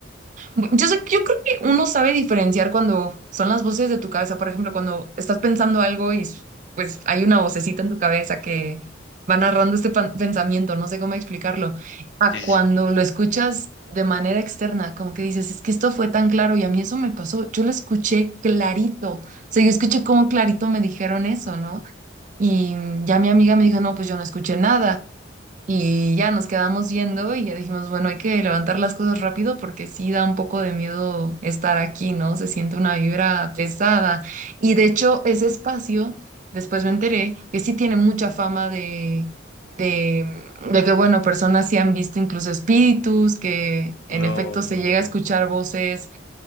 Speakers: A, on the right; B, on the left.
A: Bu- Yo sé, yo creo que uno sabe diferenciar cuando son las voces de tu cabeza, por ejemplo, cuando estás pensando algo y s- pues hay una vocecita en tu cabeza que va narrando este pan- pensamiento, no sé cómo explicarlo, a
B: Sí,
A: cuando
B: sí, sí.
A: lo escuchas de manera externa, como que dices, es que esto fue tan claro y a mí eso me pasó, yo lo escuché clarito, o sea, yo escuché cómo clarito me dijeron eso, ¿no? Y mm, ya mi amiga me dijo, no, pues yo no escuché nada. Y ya nos quedamos yendo y ya dijimos, bueno, hay que levantar las cosas rápido porque sí da un poco de miedo estar aquí, ¿no? Se siente una vibra pesada. Y de hecho, ese espacio, después me enteré que sí tiene mucha fama de, de, de que, bueno, personas sí han visto incluso espíritus, que en
B: No,
A: efecto se
B: no,
A: llega
B: no.
A: a escuchar voces.